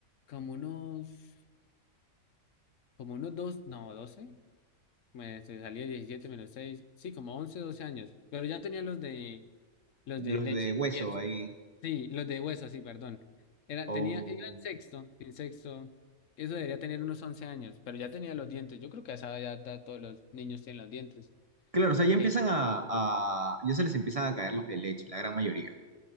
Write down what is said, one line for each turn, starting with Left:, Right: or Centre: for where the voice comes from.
Left: como unos, como unos dos, no, doce me se salía 17 menos seis sí, como once doce años, pero ya tenía los de,
Right: <laughs>
Left: los
Right: Los
Left: de leche,
Right: de hueso
Left: y eso,
Right: ahí.
Left: sí, los de hueso, sí, perdón, era,
Right: Oh.
Left: tenía, iba en sexto, en sexto, eso debería tener unos 11 años, pero ya tenía los dientes, yo creo que a esa edad ya todos los niños tienen los dientes,
Right: Claro, o sea, ya empiezan
Left: pero
Right: a, a- Ya se les empiezan a caer los de leche, la gran mayoría.